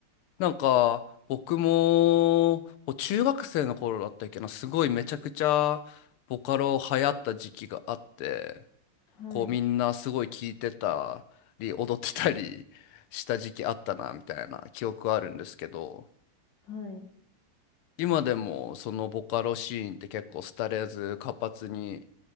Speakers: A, on the left; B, on the left.
A: なんか、僕も、こう中学生の頃だったっけな、すごいめちゃくちゃボカロ流行った時期があって、
B: はい、
A: こうみんなすごい聴いてたり、踊ってたり <laughs> した時期あったな、みたいな記憶あるんですけど、
B: はい。
A: 今でもそのボカロシーンって結構廃れず活発に